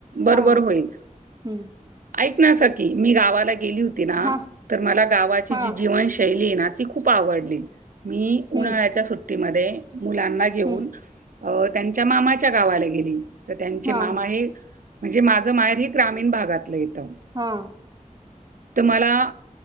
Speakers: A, on the right (about 80°); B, on the right (about 30°).
A: बर
B: हा
A: बर होईल,
B: हम्म
A: ऐक ना सकी मी गावाला गेली हो ना
B: हा
A: तर मला गावाची
B: हा
A: जी जीवनशैली ना ती खूप खूप आवडली मी उन्हाळ्याच्या
B: हम्म
A: सुट्टीमध्ये मुलांना घेऊन,
B: हम्म
A: अ त्यांच्या मामाच्या गावाला गेली तर त्यांचे
B: हा
A: मामा हे म्हणजे माझं माहेर हे ग्रामीण भागातलं येतं.
B: हा
A: तर मला